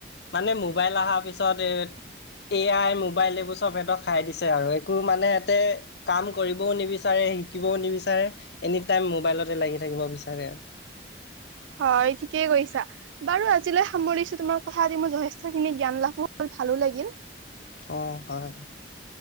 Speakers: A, on the left; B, on the right.
A: মানে মোবাইল অহাৰ পিছত এই এ আই মোবাইল এইবোৰ চব সিহঁতক খাই দিছে আৰু একো মানে ইহঁতে কাম কৰিবও নিবিচাৰে শিকিবও নিবিচাৰে, এনি টাইম মোবাইলতে লাগি থাকিব বিচাৰে।
B: হয়, ঠিকেই কৰিছা। বাৰু আজিলৈ সামৰিছো তোমাৰ কথা মোৰ যথেষ্টখিনি জ্ঞান লাভো হল, ভালো লাগিল।
A: অ' হয়।